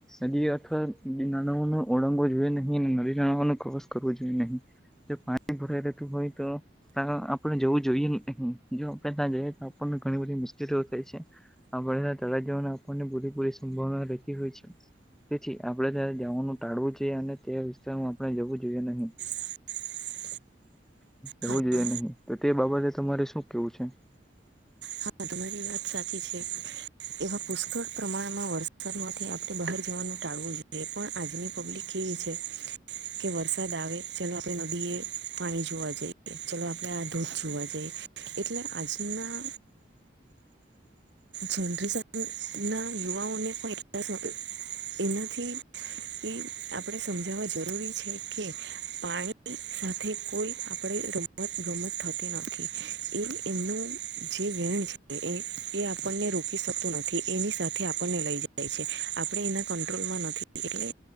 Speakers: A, in the centre; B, on the right (about 75°).
A: નદી અથવા નદી નાળાઓ ને ઓળંગવો જોઈએ નહી અને નદી નાળઓ ને ક્રોસ કરવો જોઈએ નહી જો પાણી ભરાઈ રહેેતું હોય તો તા આપડે જવું જોઈએ ની જો આપે ત્યાં જઈએ તો આપણને ઘણી બધી મુશ્કેલીઓ થઈ છે આપણે તલાઈ જવાને આપણને પૂરી પૂરી સંભાવના રહેતી હોય છે તેથી આપણેે ત્યાં જવાનું ટાળવું જોઈએ અને તે વિસ્તારમાં આપણે જવું જોઈએ નહી
B: <inaudible>
A: એવું
B: હા
A: જોઈએ નહી તો તે બાબતે તમારે શું કેવું છે
B: હા તમારી વાત સાચી છે એવા પુષ્કળ પ્રમાણમાં વ વરસાદ માંથી આપણે બહાર જવાનું ટાળવું જોઈએ પણ આજની પબ્લિક કેવી છે. કે વરસાદ આવે ચાલો આપણે નદીએ પાણી જોવા જઈએ ચલો આપણે આ ધોધ જોવા જઈએ એટલે આજના જનરેશનના યુવાઓને પણ <unintelligible> એનાથી. <inaudible> કે આપણે સમજાવવા જરૂરી છે કે પાણી સાથે કોઈ આપણે રમ રમત ગમત થતી નથી એ એમનું જે વેણ છે એ આપ આપણને રોકી શકતું નથી એની સાથે આપણને લઈ જાય છે આપણે એના કંટ્રોલમાં નથી એટલે